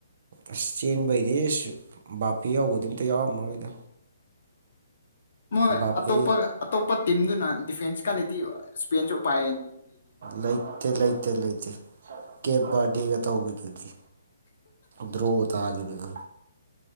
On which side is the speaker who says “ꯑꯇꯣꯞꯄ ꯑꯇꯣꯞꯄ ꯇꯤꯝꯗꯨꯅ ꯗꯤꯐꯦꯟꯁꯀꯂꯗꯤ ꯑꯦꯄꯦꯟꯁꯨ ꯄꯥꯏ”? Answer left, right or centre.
Left